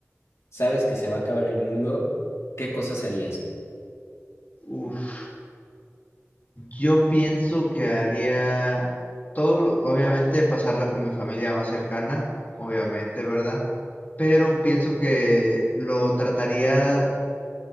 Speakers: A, on the left; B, on the left.
A: sabes que se va a acabar el mundo, ¿qué cosas harías?
B: Uf, yo pienso que haría todo, lo- obviamente pasarla con mi familia más cercana, obviamente, ¿verdad? Pero pienso que lo trataría